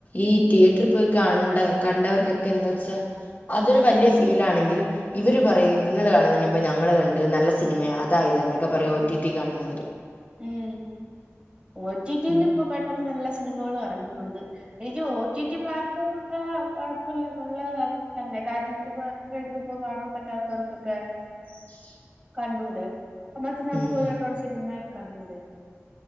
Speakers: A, on the left; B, on the right.
A: ഈ തിയേറ്ററി പോയി കണ്ട കണ്ടവർക്കൊക്കെ എന്ന് വച്ചാ അതൊരു വലിയ ഫീലാണെങ്കിലും ഇവര് പറയും നിങ്ങള് കാണുന്നേനുമ്പേ ഞങ്ങള് കണ്ട് നല്ല സിനിമയാ അതായിതാന്നൊക്കെ പറയും ഒ ടി ടി കാണുന്നവര്
B: ഉം ഒ ടിടിയിലിപ്പം
A: ഉം.
B: പെട്ടെന്ന് എല്ലാ സിനിമകളും എറങ്ങുന്നുണ്ട് എനിക്ക് ഒ ടി ടി പ്ലാറ്റ്ഫോമ ഒക്കെ കൊഴപ്പില്ല നല്ല കാര്യം തന്നെ കാര്യം ഇപ്പ വീട്ടിൽ പോയി കാണാൻ പറ്റാത്തവർക്കൊക്കെ
A: <inaudible>
B: കണ്ടൂടെ അന്നാ പിന്നെ നമുക്ക്
A: ഉം
B: ഒരുവട്ടോടെ സിനിമ കണ്ടൂടെ